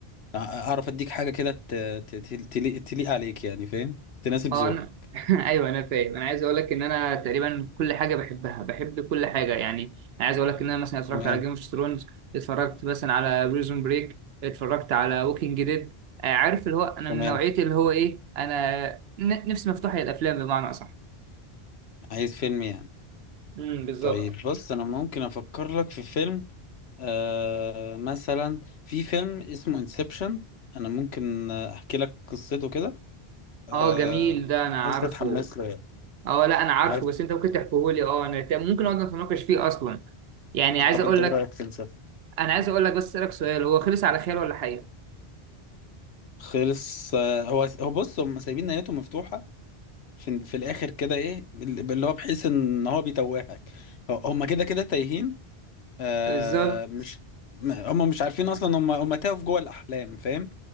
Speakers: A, on the left; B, on the right.
A: أع- اعرف اديك حاجة كده ت- ت- ت- تليق تليق عليك يعني فاهم تناسب ذوقك
B: اه انا <laughs> ايوه انا فاهم انا عايز اقول لك ان انا تقريبا كل حاجه بحبها بحب كل حاجه يعني انا عايز اقول لك ان انا مثلا اتفرجت
A: تمام
B: على جيم اوف ثرونز اتفرجت مثلا على بريزون بريك اتفرجت على ووكينج ديد آه عارف اللي هو انا
A: تمام
B: من نوعيه اللي هو ايه انا ن- نفسي مفتوحه للافلام بمعنى اصح
A: عايز فيلم يعني
B: امم بالظبط
A: طيب بص انا ممكن افكر لك في فيلم آه مثلا في فيلم اسمه انسبشن انا ممكن آه، احكي لك قصته كده آه...
B: اه جميل ده انا
A: انت
B: عارفه
A: تتحمس له يعني
B: اه لا انا عارفه
A: عارف
B: بس انت ممكن تحكيهولي اه انا ت- ممكن اقعد نتناقش فيه اصلا يعني عايز
A: طب
B: اقول
A: انت ايه
B: لك
A: رايك في المسلسل
B: انا عايز اقول لك بس اسالك سؤال هو خلص على خير ولا حقيقة
A: خلص آه، هو هو بص هم سايبين نهايته مفتوحه في في الاخر كده ايه اللي هو بحيث ان هو بيتوهك هو- هم كده كده تايهين آه
B: بالظبط
A: مش ما- هم مش عارفين اصلا هم هم تاهوا في جوه الاحلام فاهم